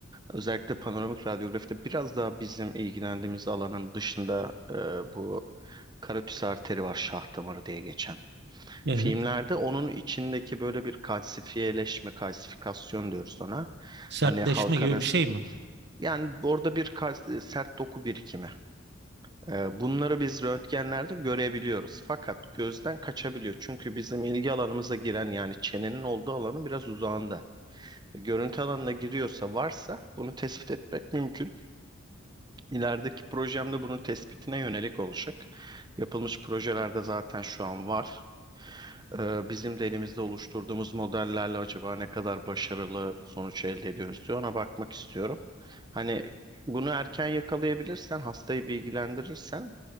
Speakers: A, on the right; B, on the right.
A: Özellikle panoramik radyografide biraz daha bizim ilgilendiğimiz alanın dışında e, bu karotis arteri var, şah damarı diye geçen.
B: Evet.
A: Filmlerde onun içindeki böyle bir kalsifiyeleşme, kalsifikasyon diyoruz ona.
B: Sertleşme
A: Hani halk
B: gibi
A: arası
B: bir şey mi?
A: yani orada bir kals- e, sert doku birikimi. Ee, bunları biz röntgenlerde görebiliyoruz. Fakat gözden kaçabiliyor. Çünkü bizim ilgi alanımıza giren yani çenenin olduğu alanın biraz uzağında. E, Görüntü alanına giriyorsa varsa bunu tespit etmek mümkün. İlerideki projemde bunun tespitine yönelik olacak. Yapılmış projelerde zaten şu an var. Ee, bizim de elimizde oluşturduğumuz modellerle acaba ne kadar başarılı sonuç elde ediyoruz diye ona bakmak istiyorum. Hani bunu erken yakalayabilirsen, hastayı bilgilendirirsen,